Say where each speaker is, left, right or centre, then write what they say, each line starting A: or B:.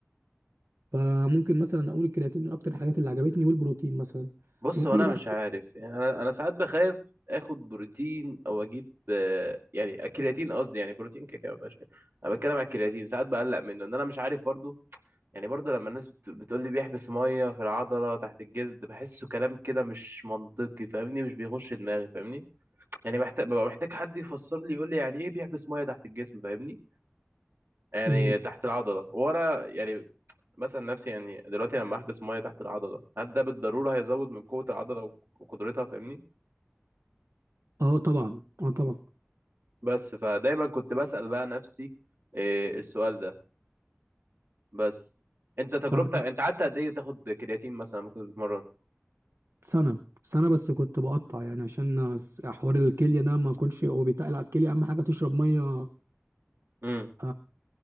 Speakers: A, on the right (about 85°); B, on the right (about 60°).
A: فممكن مثلا اقول الكرياتين من اكتر الحاجات اللي عجبتني والبروتين مثلا
B: بص
A: وفي
B: هو انا
A: بقى
B: مش عارف يعني انا انا ساعات بخاف اخد بروتين او اجيب آه، يعني الكرياتين قصدي يعني بروتين كده كده ما فيهاش كده. انا بتكلم على الكرياتين ساعات بقلق منه ان انا مش عارف برضو يعني برضو لما الناس بت- بتقول لي بيحبس ميه في العضله تحت الجلد بحسه كلام كده مش منطقي فاهمني مش بيخش دماغي فاهمني يعني محتاج ببقى محتاج حد يفسر لي يقول لي يعني ايه بيحبس ميه تحت الجسم فاهمني يعني
A: مم.
B: تحت العضلة وانا يعني مثلا نفسي يعني دلوقتي لما احبس مية تحت العضلة هل ده بالضرورة هيزود من قوة العضلة وك- وقدرتها فاهمني
A: اه طبعا اه طبعا
B: بس فدايما كنت بسأل بقى نفسي إيه السؤال ده بس انت تجربتك
A: طب
B: انت قعدت قد ايه تاخد كرياتين مثلا لما كنت بتتمرن
A: سنه سنه بس كنت بقطع يعني عشان حوار الكليه ده ما كنتش هو بيتقل على الكليه اهم حاجه تشرب ميه
B: امم
A: آه،